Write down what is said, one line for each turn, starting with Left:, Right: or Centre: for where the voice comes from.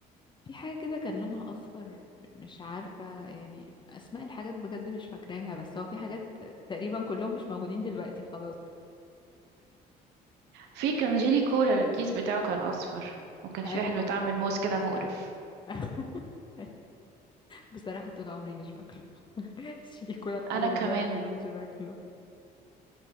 Left: في حاجة كده كان لونها أصفر م- مش عارفة يعني أسماء الحاجات بجد مش فاكراها بس هو في حاجات تقريبا كلهم مش موجودين دلوقتي خلاص
Right: في كان جيلي كولا الكيس بتاعه كان أصفر وكان
Left: أيوة
Right: في واحد بتعمل موز كده مقرف
Left: <laughs> بصراحة طول عمري مش باكله <laughs> الشريكولا لحد
Right: أنا
Left: دلوقتي
Right: كمان
Left: مش باكله